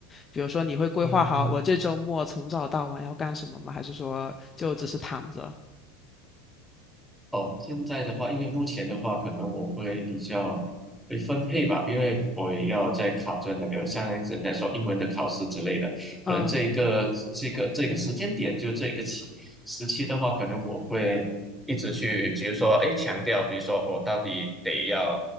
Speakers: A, on the left; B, in the centre.
A: 比如说，你会规划好我这周末从早到晚要干什么吗？
B: 嗯。
A: 还是说就只是躺着？
B: 哦，现在的话，因为目前的话，可能我会比较会分配吧，因为我也要在考证那个像来来说英文的考试之类的，可能这一个这个这个时间点，
A: 嗯
B: 就这个期时期的话，可能我会一直去，比如说，哎，强调，比如说我到底得要